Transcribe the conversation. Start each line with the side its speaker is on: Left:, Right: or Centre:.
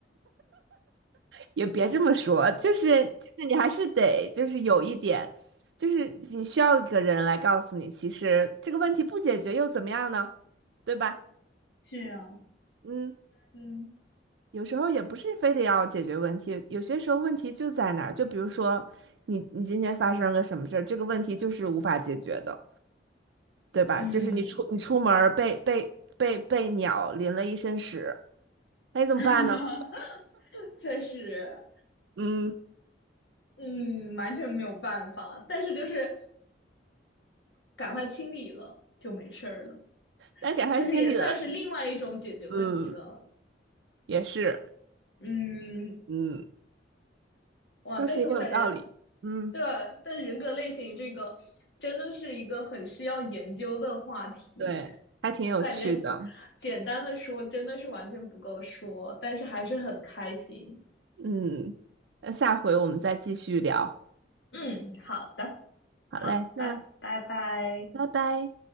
Right: 也别这么说，就是就是你还是得就是有一点，就是你需要一个人来告诉你，其实这个问题不解决又怎么样呢？对吧？
Left: 是啊，
Right: 嗯，
Left: 嗯，
Right: 有时候也不是非得要解决问题，有些时候问题就在那儿，就比如说你你今天发生个什么事儿，这个问题就是无法解决的，对吧？
Left: 嗯，
Right: 就是你出你出门儿被被被被鸟淋了一身屎，那你怎么办呢？
Left: <laughs> 确实，
Right: 嗯，
Left: 嗯，完全没有办法。但是就是赶快清理了就没事儿了，
Right: 来，赶快清理了，
Left: 就是也算是另外一种解决问题的。
Right: 嗯，也是，
Left: 嗯，
Right: 嗯。
Left: 哇，
Right: 倒是也有道理。
Left: 但是我感觉，
Right: 嗯，
Left: 对吧，但是人格类型这个真的是一个很需要研究的话题。
Right: 对，还挺有趣的。
Left: 我感觉简单的说真的是完全不够说，但是还是很开心。
Right: 嗯，那下回我们再继续聊。
Left: 嗯，好的，
Right: 好嘞，
Left: 好，拜拜拜。
Right: 那拜拜。